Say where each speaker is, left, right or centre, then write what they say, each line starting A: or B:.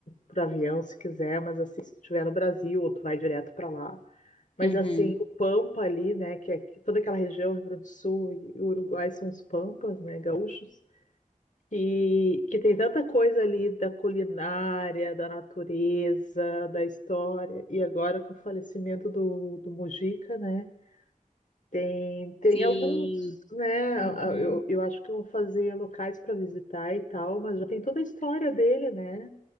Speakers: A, on the left; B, on the left.
A: pro avião se quiser, mas assim, se estiver no Brasil, ou tu vai direto para lá. Mas
B: Uhum.
A: assim, o Pampa ali, né, que é que toda aquela região, Rio Grande do Sul e Uruguai são os Pampas, né, gaúchos, que, que tem tanta coisa ali da culinária, da natureza, da história. E agora com o falecimento do, do Mujica, né, tem, tem
B: Sim.
A: alguns, né,
B: Uhum.
A: eu, eu acho que vão fazer locais para visitar e tal, mas já tem toda a história dele, né,